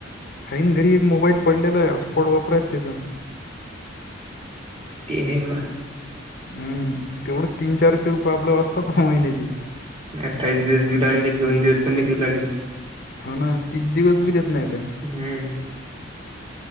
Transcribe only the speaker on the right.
ते हे मग.
अठ्ठावीस दिवस देऊ लागली, दोन दिवस कमी देऊ लागली.
हम्म.